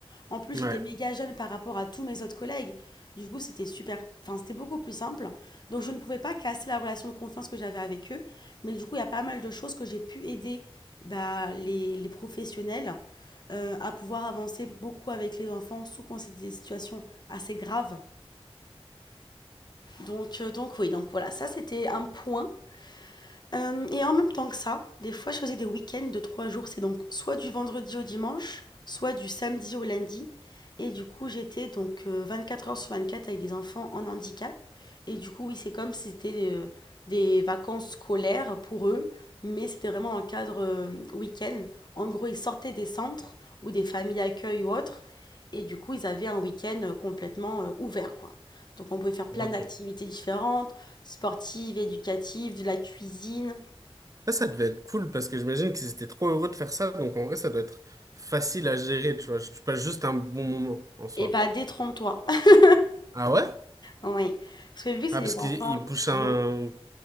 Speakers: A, on the left; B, on the right.
A: En plus,
B: Ouais,
A: j'étais méga jeune par rapport à tous mes autres collègues. Du coup, c'était super, enfin, c'était beaucoup plus simple. Donc, je ne pouvais pas casser la relation de confiance que j'avais avec eux. Mais du coup, il y a pas mal de choses que j'ai pu aider bah, les, les professionnels euh, à pouvoir avancer beaucoup avec les enfants, sous quand c'est des situations assez graves. Donc, euh, donc oui, donc voilà, ça, c'était un point. Hem, et en même temps que ça, des fois, je faisais des week-ends de 3 jours. C'est donc soit du vendredi au dimanche, soit du samedi au lundi. Et du coup, j'étais donc euh, 24 heures sur 24 avec des enfants en handicap. Et du coup, oui, c'est comme si c'était, heu, des vacances scolaires pour eux, mais c'était vraiment un cadre, hem, week-end. En gros, ils sortaient des centres ou des familles d'accueil ou autres et du coup, ils avaient un week-end, heu, complètement, heu, ouvert, quoi. Donc on pouvait faire plein
B: ok.
A: d'activités différentes. Sportive, éducative, de la cuisine
B: Ça, ça devait être cool, parce que j'imagine qu'ils étaient trop heureux de faire ça, donc en vrai, ça doit être facile à gérer, tu vois. Tu passes juste un bon moment, en soi.
A: et bah, détrompe-toi. <laughs>
B: Ah ouais?
A: Oui, parce que vu que c'est
B: Ah, parce
A: des
B: qu'ils
A: enfants
B: ils poussent
A: qui
B: un...
A: ont